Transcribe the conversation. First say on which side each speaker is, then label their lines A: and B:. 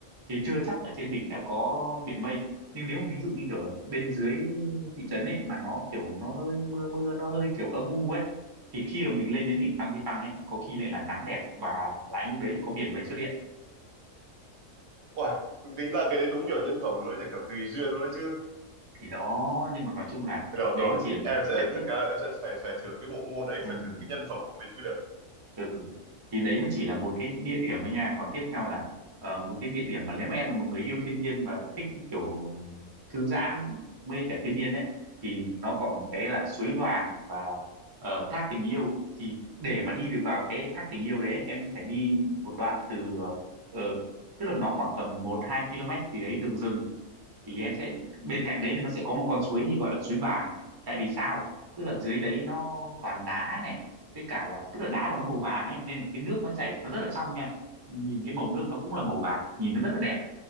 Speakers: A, on the right; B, on the right.
A: thì chưa chắc ở trên đỉnh đã có biển mây nhưng nếu ví dụ như kiểu là bên dưới thị trấn ấy mà nó kiểu nó hơi mưa mưa nó hơi kiểu âm u ấy thì khi mà mình lên đến đỉnh Phan Xipang ấy có khi lại là nắng đẹp và lại lúc đấy có biển mây xuất hiện
B: Uầy, tính ra cái đấy đúng kiểu nhân phẩm luôn đấy nhỉ, kiểu tùy duyên luôn đấy chứ.
A: thì đó nhưng mà nói chung là
B: Được
A: đấy
B: rồi,
A: mới chỉ là
B: em
A: đấy
B: sẽ chắc là em sẽ phải phải thử cái bộ môn đấy, phải
A: ừ,
B: thử cái nhân phẩm của mình mới được.
A: ừ. thì đấy mới chỉ là một cái địa điểm thôi nha còn tiếp theo là ờ, một cái địa điểm mà nếu mà em là một người yêu thiên nhiên và thích kiểu thư giãn mê cả thiên nhiên ấy thì nó còn cái là suối vàng và ờ, thác tình yêu thì để mà đi được vào cái thác tình yêu đấy ấy, em phải đi một đoạn từ ờ, tức là nó khoảng tầm một hai km gì đấy đường rừng thì em sẽ bên cạnh đấy nó sẽ có một con suối thì gọi là suối vàng tại vì sao tức là dưới đấy nó toàn đá này với cả là tức là đá của nó màu vàng ấy nên là cái nước nó chảy nó rất là trong nha nhìn cái màu nước nó cũng là màu vàng nhìn nó rất là đẹp